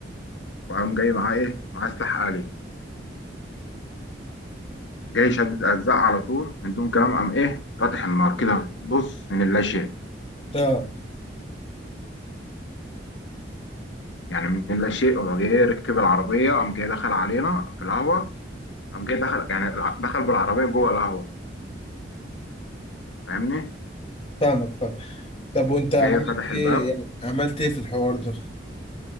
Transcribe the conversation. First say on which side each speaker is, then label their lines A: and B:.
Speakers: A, on the left; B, on the left.
A: وقام جاي معاه إيه معاه سلاح آلي جاي شدد اجزاء على طول من دون كلام قام ايه فاتح النار كده بص من اللا شيء
B: اه
A: يعني من اللا شيء هو جاي ركب العربيه قام جاي دخل علينا في القهوه قام جاي دخل يعني الع- دخل بالعربيه جوه القهوه فاهمني
B: فاهمك فاهم طب وانت عملت
A: جاي فتح
B: ايه
A: الباب
B: يعني عملت ايه في الحوار ده